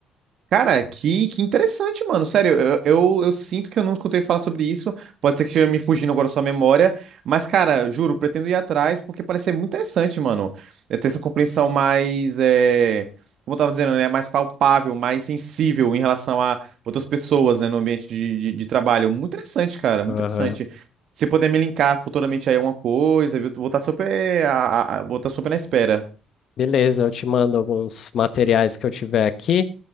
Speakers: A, on the right; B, on the left.
A: Cara, que, que interessante, mano. Sério, eu, eu, eu sinto que eu não escutei falar sobre isso. Pode ser que esteja me fugindo agora sua memória. Mas, cara, juro, pretendo ir atrás porque parece ser muito interessante, mano. É ter essa compreensão mais. é, Como eu tava dizendo, né? Mais palpável, mais sensível em relação a outras pessoas, né? No ambiente de, de, de trabalho. Muito interessante, cara. Muito
B: Aham.
A: interessante. Se puder me linkar futuramente aí alguma coisa, viu? Vou estar super. a- a- a- Vou estar super na espera.
B: Beleza, eu te mando alguns materiais que eu tiver aqui.